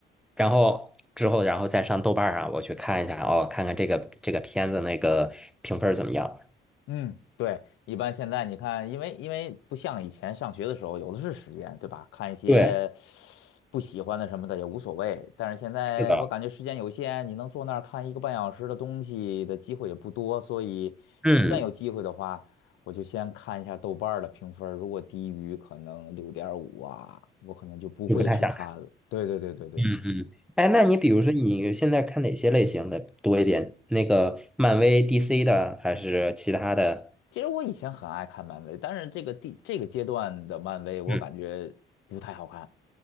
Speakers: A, in the centre; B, on the left (about 80°).
A: 然后之后然后再上豆瓣儿上我去看一下哦，看看这个这个片子那个评分儿怎么样。
B: 嗯，对，一般现在你看，因为因为不像以前上学的时候，有的是时间，对吧？看一些
A: 对，
B: 不喜欢的什么的也无所谓。但是现在我感觉时间有限，
A: 是的，
B: 你能坐那儿看一个半小时的东西的机会也不多，所以一旦有机会的话，
A: 嗯，
B: 我就先看一下豆瓣儿的评分儿如果低于可能六点五啊，我可能就不会去看了。
A: 就不太想看。
B: 对对对对对。
A: 嗯嗯。哎，那你比如说你现在看哪些类型的多一点？那个漫威、DC 的，还是其他的？
B: 其实我以前很爱看漫威，但是这个第这个阶段的漫威，我感觉不太好看。
A: 嗯，